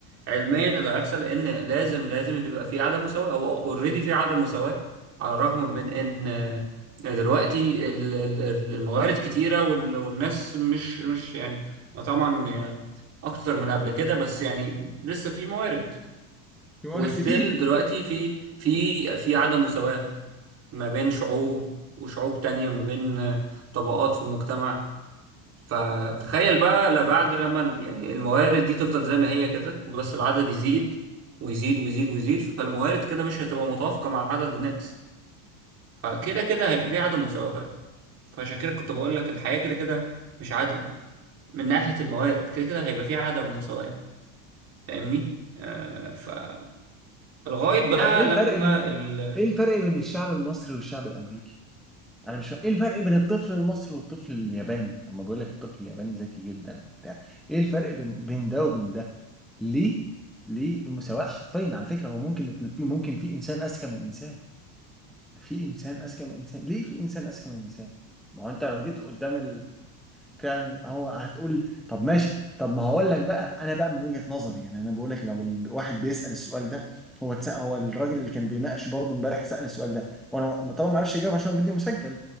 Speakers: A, on the right; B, in the centre.
A: علميا اللي هيحصل ان لازم لازم يبقى في عدم مساواة هو اوريدي في عدم مساواة على الرغم من ان آه، دلوقتي ال- ال- ال- الموارد كتيرة وال- والناس مش مش يعني طبعا آه، اكتر من قبل كده بس يعني لسه في موارد
B: في موارد
A: وستيل
B: كتير
A: دلوقتي في في في عدم مساواة ما بين شعوب وشعوب تانية ما بين آه، طبقات في المجتمع فتخيل بقى لبعد لما ال- يعني الموارد دي تفضل زي ما هي كده وبس العدد يزيد ويزيد ويزيد ويزيد فالموارد كده مش هتبقى متوافقة مع عدد الناس فكده كده هيبقى في عدم مساواة فعشان كده كنت بقول لك الحياة كده كده مش عادلة من ناحية الموارد كده كده هيبقى في عدم مساواة فاهمني؟ آه فالغاية بقى
B: يعني ايه
A: لما
B: الفرق بين
A: ال
B: ايه الفرق بين الشعب المصري والشعب الامريكي انا مش فا... ايه الفرق بين الطفل المصري والطفل الياباني اما بيقول لك الطفل الياباني ذكي جدا بتاع ايه الفرق بين بين ده وبين ده ليه ليه المساواه حرفيا على فكره هو ممكن يت- في ممكن في انسان اذكى من انسان في انسان اذكى من انسان ليه في انسان اذكى من انسان ما هو انت لو جيت قدام فعلا هو هتقول طب ماشي طب ما هقول لك بقى انا بقى من وجهة نظري يعني انا بقول لك لو الواحد بيسأل السؤال ده هو اتس- هو الراجل اللي كان بيناقش برضه امبارح سأل السؤال ده وانا طبعا ما اعرفش اجاوب عشان هو الفيديو مسجل